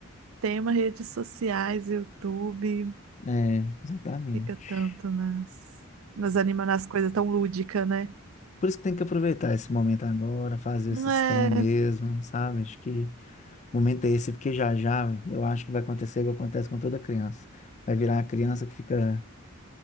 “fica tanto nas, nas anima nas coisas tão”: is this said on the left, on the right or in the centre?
Right